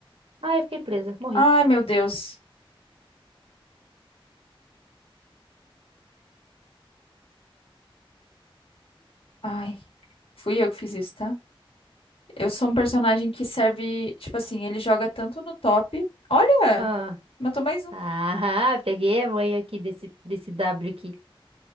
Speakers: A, on the right (about 80°); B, on the left (about 85°).
A: Ah, eu fiquei presa, morri.
B: Ai, meu Deus. Ai, fui eu que fiz isso, tá? Eu sou um personagem que serve, tipo assim, ele joga tanto no top. Olha,
A: Ah,
B: matou mais um.
A: ah, <laughs> peguei a mãe aqui desse, desse W aqui.